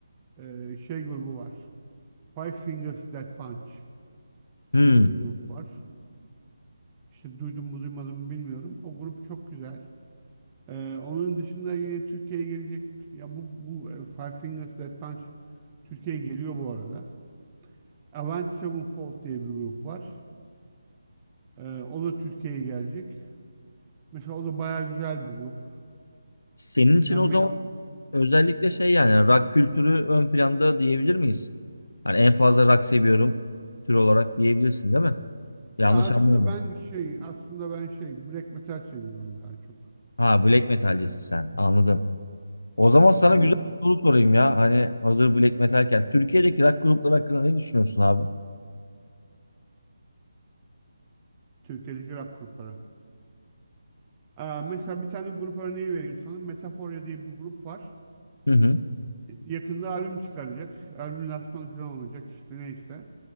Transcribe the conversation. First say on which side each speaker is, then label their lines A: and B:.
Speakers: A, on the right; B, on the left.
A: E, şey grubu var. Five Fingers Death Punch
B: Hmm.
A: diye bir grup var. İşte duydum mu duymadım mı bilmiyorum. O grup çok güzel. Ee, onun dışında yine Türkiye'ye gelecek ya bu bu e, Five Fingers Death Punch Türkiye'ye geliyor bu arada. Avenged Sevenfold diye bir grup var. Ee, o da Türkiye'ye gelecek. Mesela o da bayağı güzel bir grup.
B: Senin
A: Dinlenmek.
B: için o zaman özellikle şey yani rock kültürü ön planda diyebilir miyiz? Hani en fazla rock seviyorum tür olarak diyebilirsin değil mi? Yanlış
A: Ya aslında
B: anlamadım.
A: ben şey aslında ben şey black metal seviyorum daha çok.
B: Ha black metalcisin
A: Evet.
B: sen. Anladım. O zaman sana
A: Aynen
B: güzel bir soru sorayım ya. Hani hazır Black Metal'ken. Türkiye'deki rock grupları hakkında ne düşünüyorsun abi?
A: Türkiye'deki rock grupları. Aa, mesela bir tane grup örneği vereyim sana. Metaforia diye bir grup var.
B: Hı hı.
A: Yakında albüm çıkaracak. Albüm lansmanı falan olacak işte neyse.